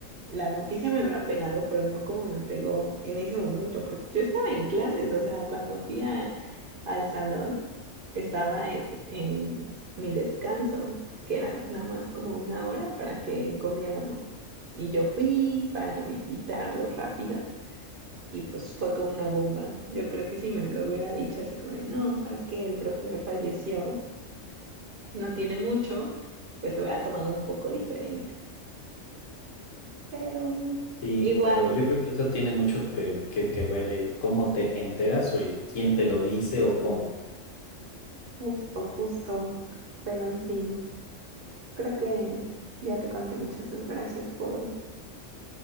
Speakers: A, on the right; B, on the left.
A: la noticia me hubiera pegado, pero no como me pegó en ese momento, porque yo estaba en clases, o sea, cuando fui a- al salón, estaba en, en mi descanso, que era nada más como una hora para que comiéramos. Y yo fui para visitarlo rápido y pues fue como una bomba. Yo creo que si me lo hubiera dicho así como de, no, pues, sabes que el profesor falleció, no tiene mucho, pues lo hubiera tomado un poco diferente. Pero mm,
B: Sí,
A: igual,
B: claro, yo creo que eso tiene mucho que, que, que ver el cómo te enteras o el quién te lo dice o cómo.
A: justo, justo. Pero en fin, creo que ya te conté muchas desgracias por hoy.